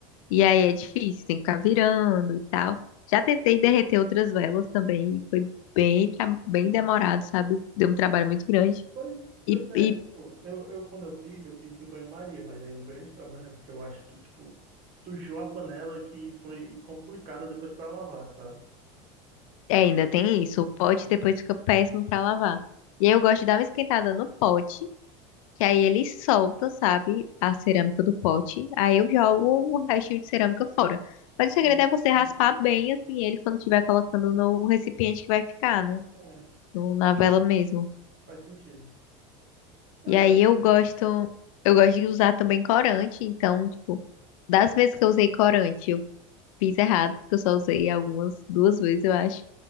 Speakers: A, on the left; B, on the right.
A: E aí é difícil, tem que ficar virando e tal. Já tentei derreter outras velas também, e foi bem, tra- bem demorado,
B: Uhum.
A: sabe? Deu um trabalho muito grande.
B: Pois,
A: E,
B: pois é,
A: e
B: tipo, eu, eu quando eu fiz, eu fiz de banho-maria, mas aí o grande problema é porque eu acho que, tipo, sujou a panela que foi complicada depois pra lavar, sabe?
A: é, ainda tem isso, o pote
B: É.
A: depois fica péssimo pra lavar. E aí eu gosto de dar uma esquentada no pote, que aí ele solta, sabe, a cerâmica do pote. Aí eu jogo o restinho de cerâmica fora. Mas o segredo
B: Hum,
A: é você
B: não tem
A: raspar bem, assim, ele quando estiver colocando no recipiente que vai ficar, né?
B: não.
A: No- na vela mesmo.
B: Faz sentido. Pois
A: E aí
B: é.
A: eu gosto, eu gosto de usar também corante, então, tipo, das vezes que eu usei corante, eu fiz errado, porque eu só usei algumas, duas vezes, eu acho.